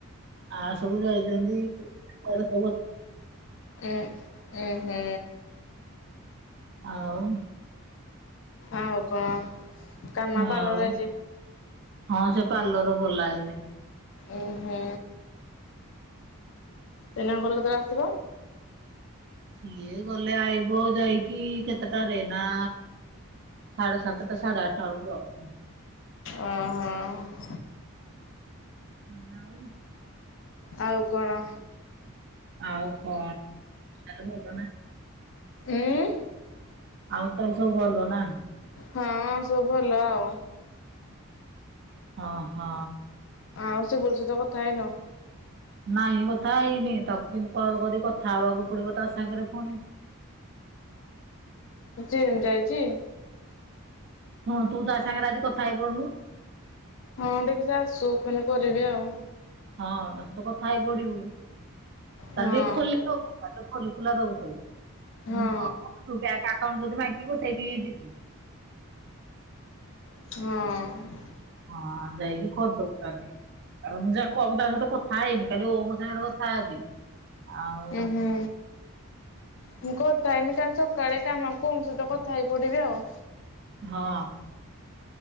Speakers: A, on the right; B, on the left.
A: ଆ ସବୁ ଯାଇଛନ୍ତି।
B: ଉଁ ଉଁ ହୁଁ।
A: ଆଉ।
B: ଆଉ କଣ? କାମା ପାର୍ଲର
A: ଆଉ
B: ଯାଇଛି।
A: ହଁ ସେ ପାର୍ଲର ଗଲା ଏଇନା।
B: ଉଁ ହୁଁ। ପିଲାଙ୍କର କେତେଳେ ଆସିବ?
A: ଇଏ ଗଲେ ଆଇବ ଯାଇକି କେତେଟାରେ ନା। ସାଢେ ସାତଟା ସାଢ଼େ ଆଠଟା ବୋଳୁକୁ ଆଉ।
B: ଓ ହୋ।
A: ନାଉ।
B: ଆଉ କଣ?
A: ଆଉ କଣ?
B: ଏଁ।
A: ଆଉ ତାହେଲେ ସବୁ ଭଲ ନା?
B: ହଁ ସବୁ ଭଲ ଆଉ।
A: ଓ ହ।
B: ଆଉ ସିବୁନୁ ସହି ତ କଥା ହେଇନ?
A: ନାଇଁ କଥା ହେଇନି ତାକୁ କିନ୍ତୁ କଲ କରି କଥା ହେବାକୁ ପଡିବ ତା ସାଙ୍ଗରେ ପୁଣିି।
B: ଏମ୍ ଯାଇଚି।
A: ହଁ ତୁ ତା ସାଙ୍ଗରେ ଆଜି କଥା ହେଇ ପଡୁନୁ।
B: ହଁ ଟିକିଏ ଯାଉଚି ସୋ କିନ୍ କରିବି ଆଉ।
A: ହଁ ତା ସ ତ କଥା ହେଇ ପଡିବୁ ତାର
B: ହଁ
A: ଟିକେ ଖୋଲି ସବୁ ପାଠ ଖୋଲି ଖୋଲା ଦଉଥିବୁ।
B: ହଁ
A: ତୁ ବ୍ୟାଙ୍କ ଏକାଉଣ୍ଟ୍ ଯଦି ମାଗିବୁ ସେଠିକି ଯିବୁ।
B: ଥଁ।
A: ହଁ ଯାଇକି କରି ଦବୁ ତାହାନେ। ଆ ମୁଁ ଯା କହୁଚି ତା ସହିତ କଥା ହେଇନି କାଲି ମୁଁ ଓମ ସାଙ୍ଗରେ କଥା ହେଲି ଆଉ।
B: ଉଁ ହୁଁ। ମୁଁ କଥାହେଇନି କାଲି ସକାଳେ କାମକୁଁ ସହିତ କଥା ହେଇ ପଡିବି ଆଉ।
A: ହଁ।